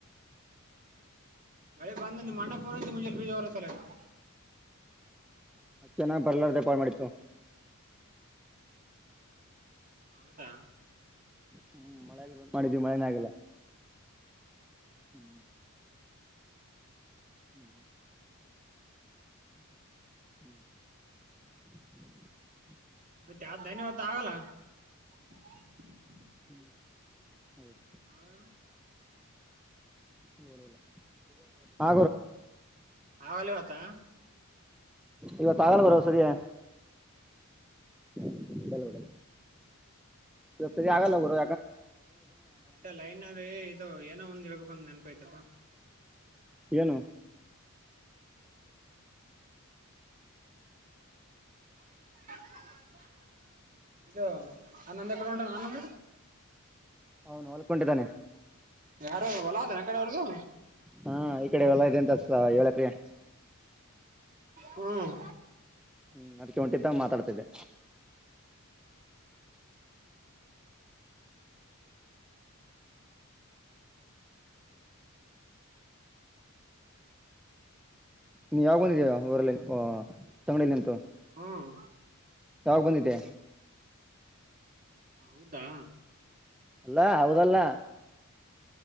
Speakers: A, on the right; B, in the centre.
A: ಮಳೆ ಬಂದ ನಿಮ್ಮ ಅಣ್ಣ ಬಂದ ಬೀಜ ಉರಬೇಕು ಲೆ ನಾನು.
B: ಮತ್ತೆನ ಬರ್ಲಾರದ ಪಾಡ ಮಾಡಿದೀ ತಗೊ.
A: ಹೌದಾ
B: ಹ್ಮ್ ಮಳೆ ಆಗ ಮಾಡಿದ್ವಿ ಮಳೆನೇ ಆಗಲ್ಲ. <inaudible> <inaudible> <inaudible>
A: ಮತ್ತೆ ಯಾವ್ದ್ ಧನ್ಯವಾದ ಆಗಲ್ಲ <unintelligible>
B: <unintelligible>
A: ಹ್ಮ.
B: <unintelligible>
A: ಆಗಲ್ಲ ಇವತ್ತ
B: ಇವತ ಆಗಾಲ್ಲ ಬ್ರೋ ಸರಿಯ. <unintelligible> ಇವತು ಆಗಲ್ಲ ಬ್ರೋ.
A: ಅಷ್ಟ ಲೈನ್ ಇದು ಏನೋ ಒಂದ್ ಇಳಬೇಕು ಅಂದೇ ನೆನಪ ಹೋಯ್ತಾ ಪಾ.
B: ಏನು.
A: <unintelligible> ಇದು ಆನಂದ ಏಕಡೆ ಹೊಂಟನ ಆನಂದ.
B: ಹೌನು ಹೊಲ್ಕೊಂಡಿದ್ದಾನೆ.
A: ಯಾರು ಹೊಲ ಆದ ಏನು ಆಕಡೆ ಅವ್ರದು.
B: ಹ್ಮ್ಮ್ ಈ ಕಡೆ ಹೋಲ ಇದೆ ಅಂತೆ ಏಳು ಹೆಕ್ರೆ.
A: ಹ್ಮ್.
B: ಹ್ಮ್ ಅದಕ್ಕೆ ಹೊಂಟಿದ್ದ ಮಾತಾಡತಾ ಇದೆ. ನೀ ಯಾವ ಬಂದಿದೀಯ ಊರಲ್ಲಿ ತಂಗಡಿಯಲ್ಲಿ ಅಂತ.
A: ಹ್ಮ್
B: ಯಾವಾಗ ಬಂದಿದ್ದೆ
A: ಹೌದಾ
B: ಅಲ್ಲಾ ಹೌದಲ್ಲ